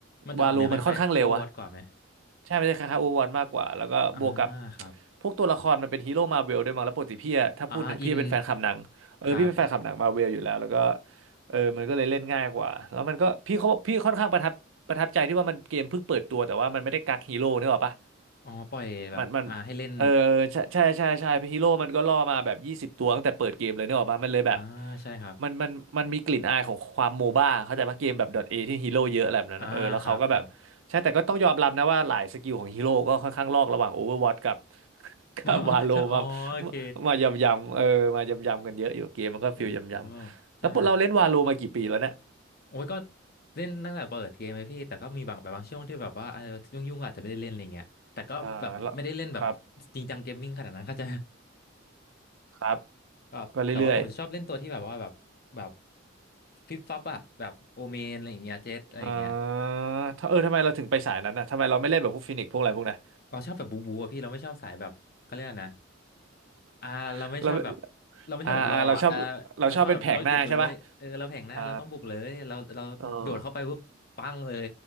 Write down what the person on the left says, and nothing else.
มันจะออกแนวคล้ายๆ
Overwatch กว่าไหม
อ่าครับ
อ่าอินครับ
อ๋อปล่อยแบบอ่าให้เล่น
อ่าใช่ครับ
อ่าครับครับ
<laughs> ใช่อ๋อโอเค
โอ้ใช่ โอ้ยก็เล่นตั้งแต่เปิดเกมเลยพี่แต่ก็มีบางแบบบางช่วงที่แบบว่ายุ่งยุ่งๆก็อาจจะไม่ได้เล่นอะไรเงี้ยแต่ก็แบบไม่ได้เล่นแบบ
จริงจังเกมมิ่งขนาดนั้น <laughs> ก็จะ
<laughs> แบบแต่ว่าผมจะชอบเล่นตัวที่แบบว่าแบบแบบ
ฟิปฟับอะแบบโอเมนอะไรอย่างเงี้ยเจ็ตอะไรอย่างเงี้ย
เราชอบแบบบูบูอะพี่เราไม่ชอบสายแบบเขาเรียกอะไรนะอ่าเราไม่ชอบแบบ
เราไม่ชอบแบบรออ่ะเออ
เราชอบแบบรถบุกเลยเออเราแผงหน้าเราต้องบุกเลยเราเราโดดเข้าไปปุ๊บปังเลย